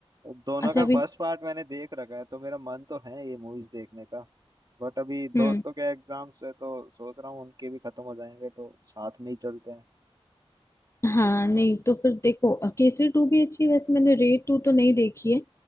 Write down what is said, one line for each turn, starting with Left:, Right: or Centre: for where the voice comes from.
Right: दोनों
Left: अच्छा
Right: का
Left: अभी
Right: फर्स्ट पार्ट मैंने देख रखा है तो मेरा मन तो है ये मूवीज देखने का बट अभी दोस्तों
Left: हम्म
Right: के एग्जाम्स है तो सोच रहा हूँ उनके भी खत्म हो जाएंगे तो साथ में ही चलते हैं
Left: हाँ नहीं तो फिर देखो केसरी टू भी अच्छी है वैसे मैंने रेड टू तो नहीं देखी है